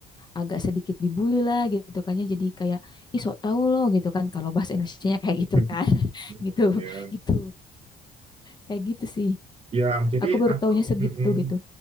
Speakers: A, on the left (about 25°); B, on the right (about 35°).
A: agak sedikit dibully lah gitu kan ya. Jadi kayak ih sok tahu loh gitu kan kalau bahasa Indonesianya kayak gitu
B: hmm,
A: kan. <laughs> Gitu.
B: Iya,
A: Gitu. Kayak gitu sih.
B: Ya, jadi
A: Aku baru
B: aku
A: taunya segitu
B: mm-mm.
A: gitu.